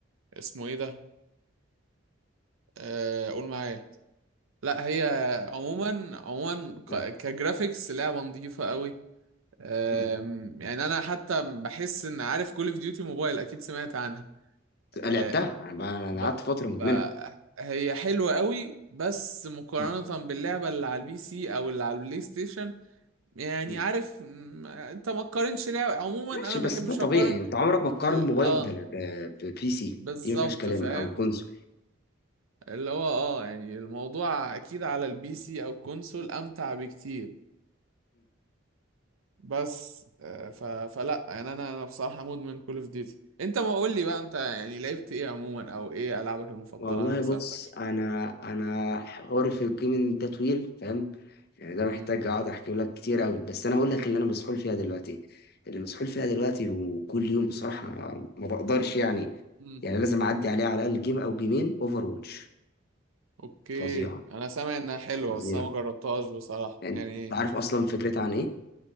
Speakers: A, on the right; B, on the left.
A: اسمه ايه ده آه، قول معايا لا هي عموما عموما ك-
B: آه.
A: كجرافيكس لعبه نظيفه قوي آم،
B: مم.
A: يعني انا حتى بحس ان عارف كول اوف ديوتي موبايل اكيد سمعت عنها
B: لعبتها
A: آه،
B: انا بقى انا
A: ب...
B: قعدت فتره مدمنها
A: ب... هي حلوه قوي بس مقارنه
B: مم.
A: باللعبه اللي على البي سي او اللي على البلاي ستيشن يعني
B: مم.
A: عارف م- انت ما تقارنش لعبه عموما
B: ماشي
A: انا ما
B: بس
A: بحبش
B: ده طبيعي
A: اقارن
B: انت عمرك ما تقارن موبايل
A: اه
B: ب... ب... ببي سي
A: بالظبط
B: دي ما فيهاش كلام
A: فاهم
B: او كونسول
A: اللي هو اه يعني الموضوع اكيد على البي سي او الكونسول امتع بكتير بس آه، ف... فلا يعني انا انا بصراحه مدمن كول اوف ديوتي انت ما قول لي بقى انت يعني لعبت ايه عموما او ايه العابك المفضله
B: والله
A: انا ما
B: بص
A: سالتكش
B: انا انا حواري في الجيمنج ده طويل فاهم يعني ده
A: امم
B: محتاج اقعد احكي لك كتير قوي بس انا هقول لك اللي انا مسحول فيها دلوقتي اللي مسحول فيها دلوقتي وكل يوم بصراحة ما بقدرش يعني
A: أمم.
B: يعني لازم اعدي عليه على الاقل جيم او جيمين اوفر واتش
A: اوكي
B: فظيعة
A: انا سامع انها حلوه
B: فظيعة
A: بس انا ما جربتهاش بصراحه
B: يعني
A: يعني
B: انت عارف اصلا فكرتها عن ايه